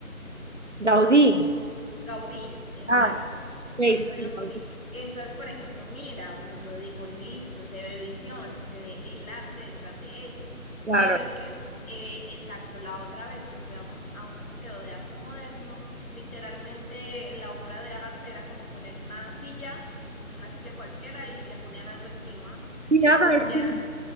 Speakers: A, on the right; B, on the left.
A: Gaudí.
B: como su Gaudí, exacto,
A: Ah, ok,
B: Antonio
A: sí,
B: Gaudí.
A: Gaudí,
B: Entonces, por ejemplo, mira, o sea, yo digo, listo, se ve visión, se ve el arte detrás de eso,
A: claro.
B: pero es que, eh, exacto, la otra vez que fui a un, a un museo de arte moderno, literalmente la obra de arte era como poner una silla, una silla cualquiera y le ponían algo encima,
A: Y
B: entonces
A: nada, es
B: decía...
A: que